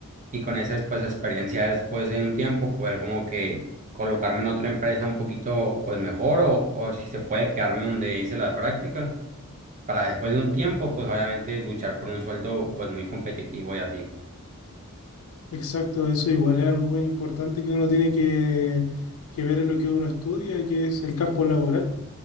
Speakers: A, on the right; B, on the left.
A: y con esa pues experiencia después de un tiempo poder como que colocarme en otra empresa un poquito pues mejor o, o si se puede quedarme donde hice las prácticas para después de un tiempo pues obviamente luchar por un sueldo pues muy competitivo y así.
B: Exacto, eso igual es algo muy importante que uno tiene que, que ver en lo que uno estudia, que es el campo laboral.